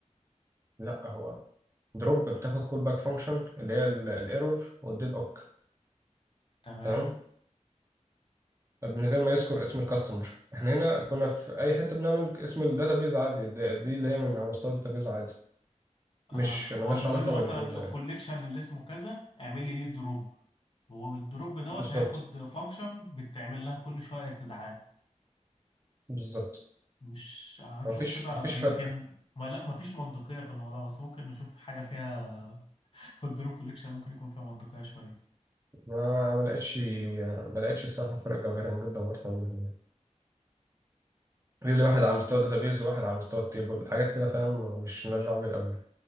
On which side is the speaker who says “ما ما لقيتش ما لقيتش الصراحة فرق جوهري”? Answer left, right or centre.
Right